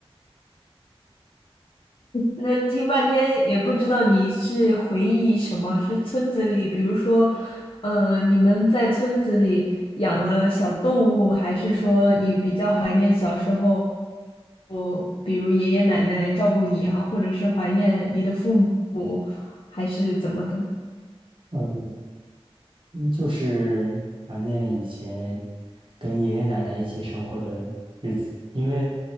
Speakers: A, on the left; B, on the right.
A: 那听半天也不知道你是回忆什么，是村子里，比如说，呃，你们在村子里养了小动物，还是说你比较怀念小时候，哦，比如爷爷奶奶照顾你啊，或者是怀念你的父母，还是怎么的呢
B: 呃嗯，就是怀念以前跟爷爷奶奶一起生活的日子，因为，